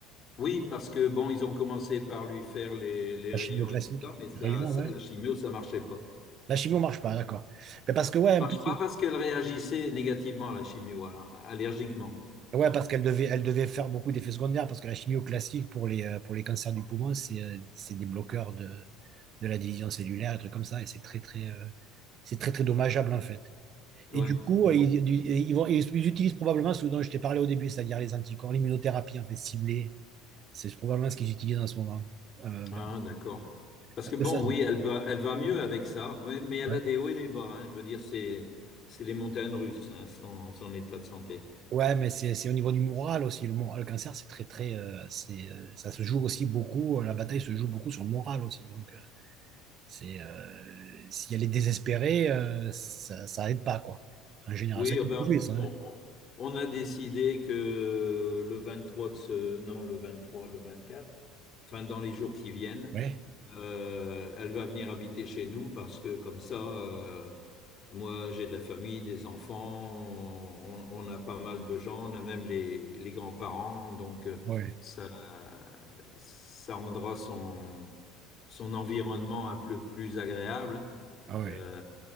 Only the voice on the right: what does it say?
La
chimio classique.
Réellement,
ouais.
La chimio marche pas, d'accord. Mais parce que, ouais, en
plus,
Ouais,
parce qu'elle devait, elle devait faire beaucoup d'effets secondaires, parce que la chimio classique pour les, euh, pour les cancers du poumon, c'est euh, c'est des bloqueurs de, de la division cellulaire, des trucs comme ça, et c'est très, très, euh, c'est très, très dommageable en fait. Et
du coup,
euh, ils, du- ils vont, ils, ils utilisent probablement ce dont je t'ai parlé au début, c'est-à-dire les anticorps, l'immunothérapie en fait ciblée, c'est probablement ce qu'ils utilisent en ce moment. euh,
vers-
parce
que ça, c'est-
ouais.
Ouais, mais c'est c'est au niveau du moral aussi. Le, moral, le cancer, c'est très, très. euh, c'est, euh, ça se joue aussi beaucoup. euh, La bataille se joue beaucoup sur le moral aussi. Donc, euh, C'est, euh, si elle est désespérée, euh, ça, ça aide pas, quoi. En général,
ça a été
prouvé, ça. hein.
Ouais,
Ah ouais,
ah ouais.